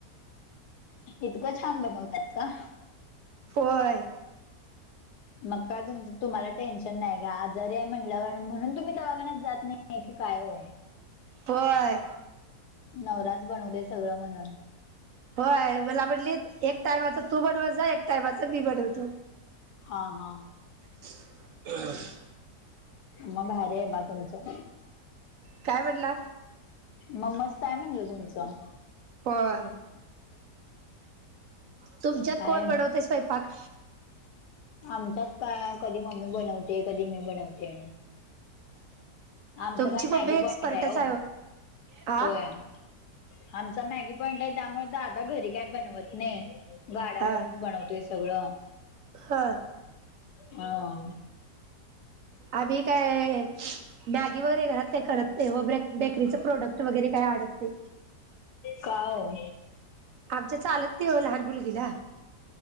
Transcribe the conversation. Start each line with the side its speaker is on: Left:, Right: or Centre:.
Left: इतकं छान बनवतात का?
Right: होय.
Left: मग का तुम तुम्हाला टेन्शन नाही घ्या. आजारी हाय म्हणल्यावर म्हणून तुम्ही दवाखान्यात जात नाही. <unintelligible> काय ओ.
Right: होय.
Left: नवराचं बनवतोयं सगळं म्हणून.
Right: हो. य मला म्हटलीत एक टायमाचं तू बणवत जा. एक टायमाचं मी बणवतो.
Left: हा, हा.
Right: हम <inaudible>
Left: म भारी हाय बा तुमचं.
Right: काय म्हटला?
Left: म मस्त हाय म्हणलं तुमचं.
Right: होय. तुमच्यात
Left: काय
Right: कोण बनवतयं स्वयंपाक?
Left: आमच्यात काय कधी मम्मी बनवते. कधी मी बनवते. आमचं
Right: तुमची
Left: काय
Right: मम्मी
Left: मॅगी
Right: एक्सपर्टच
Left: पॉइंट आहे हो.
Right: हा
Left: हो एम आमचा मॅगी पॉईंट आहे त्यामुळे दादा घरी काय बनवत नाही. गाड्यावरच
Right: हा
Left: बनवतोय सगळं
Right: ह
Left: हा.
Right: आभी काय मॅगी वगैरे घरात का करत नाही. मग ब्रेक. बेकरीच प्रोडक्ट वगैरे काय आडत र
Left: काओ?
Right: आमच्या चालत नाही लहानं मुलगीला.